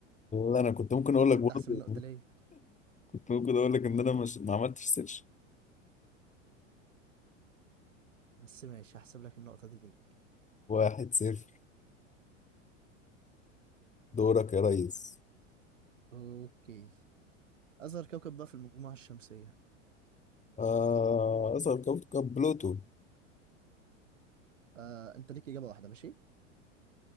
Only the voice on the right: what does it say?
كنت
احسب النقطه ليا
بس ماشي هحسب لك النقطه دي ليك
اوكي اصغر كوكب بقى في المجموعه الشمسيه
آه، انت ليك اجابه واحده ماشي